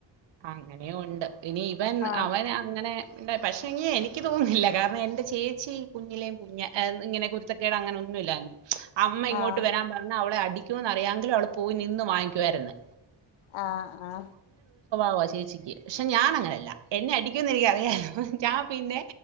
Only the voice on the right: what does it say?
അങ്ങനെയും ഉണ്ട് ഇനി ഇവൻ
അവൻ അങ്ങനെ ഉണ്ടേ പക്ഷെ എങ്കി എനിക്ക് തോന്നുന്നില്ല കാരണം എന്റെ ചേച്ചി കുഞ്ഞിലേ കുഞ്ഞ് ഇങ്ങനെ കുരുത്തക്കേട് അങ്ങനെ ഒന്നുമില്ലായിരുന്നു അമ്മ ഇങ്ങോട്ട്
വരാൻ പറഞ്ഞ അവളെ അ ടിക്കുംന്ന് അറിയാങ്കിലും അവള് പോയി നിന്ന് വാങ്ങിക്കുവായിരുന്ന്
സോ ചേച്ചിക്ക് പക്ഷെ ഞാൻ അങ്ങനല്ല എന്നെ അടി ഇരിക്കുന്നെനിക്കറിയാലോ ഞാൻ പിന്നെ